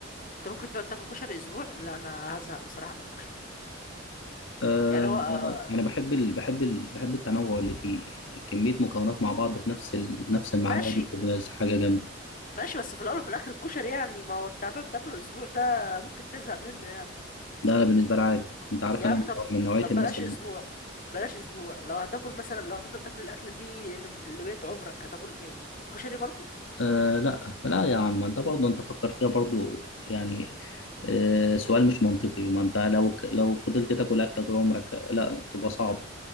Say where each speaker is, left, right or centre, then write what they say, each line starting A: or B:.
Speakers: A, on the left; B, on the left.
A: انت ممكن تقعد تاكل كشري اسبوع لا انا هزهق بصراحه من الكشري
B: آه،
A: يعني هو آه،
B: أنا بحب ال... بحب ال... بحب التنوع اللي فيه يعني كمية مكونات مع بعض في نفس ال... نفس المعلقة
A: ماشي
B: دي بتبقى حاجة جامدة
A: ماشي بس في الاول وفي الاخر الكشري يعني ما هو انت هتقعد تاكله اسبوع ده ممكن تزهق منه يعني
B: ده أنا بالنسبة لي عادي أنت عارف
A: يا
B: أنا
A: عم طب
B: من نوعية
A: طب
B: الناس
A: بلاش اسبوع بلاش اسبوع لو هتاكل مثلا لو هتفضل تاكل الاكله دي ل- لبقية عمرك هتاكل ايه كشري برضو
B: آه لا لا يا عم انت برضه انت فكر فيها برضه يعني آه سؤال مش منطقي ما انت لو ك- لو فضلت تاكل اكل طول عمرك لا تبقى صعب